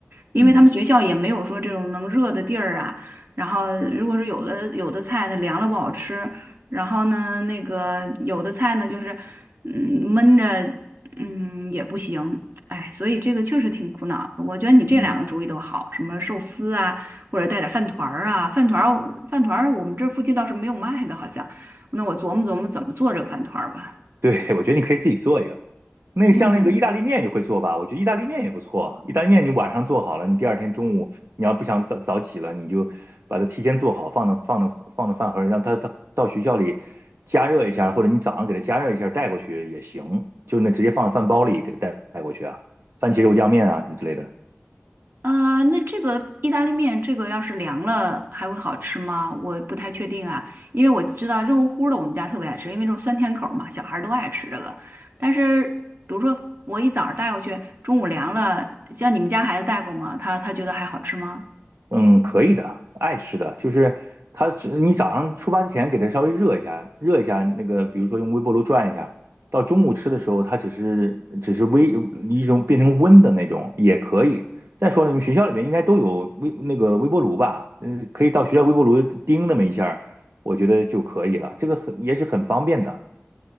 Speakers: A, on the right (about 60°); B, on the right (about 80°).
A: 因为他们学校也没有说这种能热的地儿啊。
B: 嗯
A: 然后，如果是有的有的菜呢凉了不好吃，然后呢那个有的菜呢就是嗯闷着嗯也不行。哎，所以这个确实挺苦恼的。我觉得你这两个主意都好，
B: 嗯。
A: 什么寿司啊。或者带点饭团儿啊，饭团儿我饭团儿我们这儿附近倒是没有卖的，好像。那我琢磨琢磨怎么做这个饭团儿吧。
B: 对，<laughs> 我觉得你可以自己做一个。那个像那个意大利面，
A: 嗯，
B: 你会做吧？我觉得意大利面也不错。意大利面你晚上做好了，你第二天中午你要不想早早起了，你就把它提前做好，放到放到放到饭盒里，让它它到学校里加热一下，或者你早上给它加热一下带过去也行。就那直接放到饭包里给它带带过去啊，番茄肉酱面啊什么之类的。
A: 啊、那这个意大利面，这个要是凉了还会好吃吗？我不太确定啊，因为我知道热乎乎的我们家特别爱吃，因为这种酸甜口儿嘛，小孩儿都爱吃这个。但是比如说我一早上带过去，中午凉了，像你们家孩子带过吗？他他觉得还好吃吗？
B: 嗯，可以的，爱吃的，就是它是你早上出发之前给它稍微热一下，热一下那个，比如说用微波炉转一下，到中午吃的时候，它只是只是微一种变成温的那种也可以。再说了，你们学校里面应该都有微那个微波炉吧？嗯，可以到学校微波炉叮那么一下儿我觉得就可以了，这个很也是很方便的。